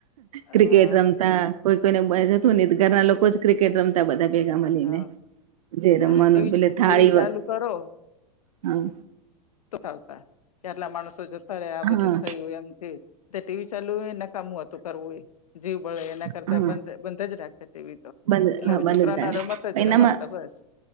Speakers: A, on the left; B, on the right.
A: હા
B: ક્રિકેટ રમતા કોઈ કોઈને જતું નહી ઘરના લોકો જ ક્રિકેટ રમતા બધા ભેગા મળીને
A: હા
B: જે રમવાનું
A: અને ટીવી
B: પેલે
A: ટીવી
B: થાળી
A: ચાલુ કરો
B: હ
A: આવતા કેટલા માણસો જતા રહે આ
B: હા
A: બધું થયું એમથી ટીવી ચાલુ હોય ન કામું હતું કરવું હોય જીવ બળે એના
B: હા
A: કરતા બ બંધ જ રાખશે ટીવી તો
B: બંધ
A: એટલે
B: હા
A: હવે
B: બંધ
A: છોકરાને
B: રાખ
A: આ રમતા જ
B: એનામાં
A: રમાતતા બસ